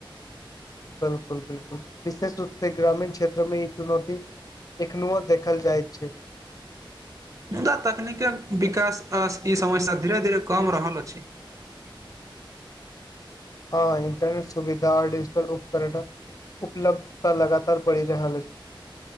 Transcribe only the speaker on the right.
मुदा तकनीकेक विकास आ ई समस्या धीरे धीरे कम रहल अछि